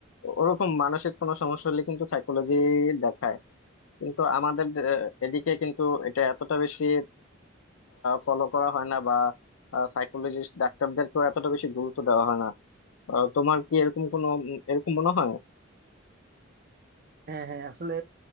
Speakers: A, on the left; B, on the right.
A: ওরকম মানসিক কোনো সমস্যা হলে কিন্তু সাইকোলজি দেখায় কিন্তু আমাদের আহ, এদিকে কিন্তু এটা এতটা বেশি ফলো করা হয় না বা সাইকোলজিস্ট ডাক্তারদেরকেও এতটা বেশি গুরুত্ব দেওয়া হয় না আহ, তোমার কি এরকম কোনো উম, এরকম মনে হয়
B: হ্যাঁ হ্যাঁ আসলে